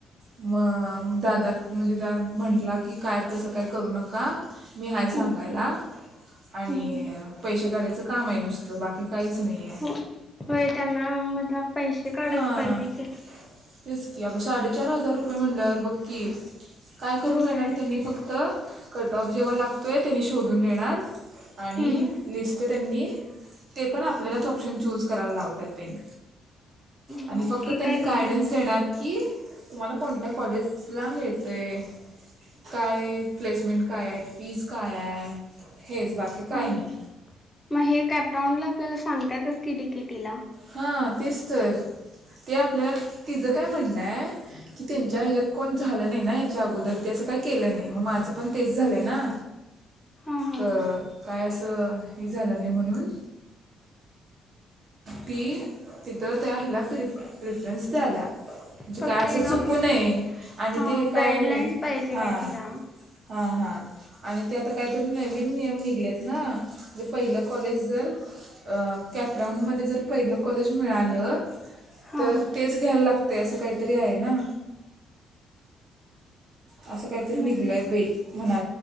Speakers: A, on the right; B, on the left.
A: म दादात म्हणजे द म्हंटला की काय तसं काय करू नका. मी हाय सांगायला,
B: हम्म
A: आणि
B: हम्म
A: पैसे काढायचं काम आहे नुसतं बाकी हे काहीच नाही आहे,
B: हो होय त्यांना मला पैसे काढायच
A: हा.
B: पाहिजे की
A: तेच की अगं साडेचार हजार रुपये म्हणल्यावर बघकी काय करून
B: होय
A: देणार त्यांनी फक्त तर कट ऑफ जेव्हा लागतो आहे ते म शोधून देणार आणि
B: हम्म
A: लिस्ट त्यांनी, ते पण आपल्यालाच ऑप्शन चूज करायला लावतात त्यांनी. आणि
B: मग
A: फक्त
B: हे
A: त्यांनी
B: काय झालं
A: गायडन्स देणार की तुम्हाला कोणत्या कॉलेजला मिळतय काय प्लेसमेंट काय आहेत फीज काय आहे हेच बाकी काय
B: हम्म
A: नाही.
B: मग हे कॅपराऊंड ला आपल्याला सांगताातच की डीकेटी ला.
A: हा तेच तर, ते आपल्या तिचं काय म्हणणं आहे. की त्यांच्या ह्याच्यात कोण झालं नाही ना या्याच्या अगोदर ते असं काही केलं नाही म माझं पण तेच झालंय ना.
B: हा हा
A: अ काय असं हे झालं नाही म्हणून. ती तिथं त्या हला प्र प्रिफरंस द्याल्या. म्हणजे
B: फक्त
A: काय असं
B: हिला
A: चुकू
B: म्हणजे
A: नये आणि
B: हा
A: ते काय
B: गाईडलाईन्स पाहिजेल
A: हा.
B: आहेत हिला
A: हा हा. आणि ते आता काहीतरी नवीन नियम निघलेत ना पहिलं कॉलेज जर अ कॅप राऊंडमध्ये जर पहिलं कॉलेज मिळालं,
B: हा
A: तर तेच घ्यायला लागत असं काहीतरी आहे. ना, अस काहीतरी
B: नाही
A: निघलंय बाइ म्हणा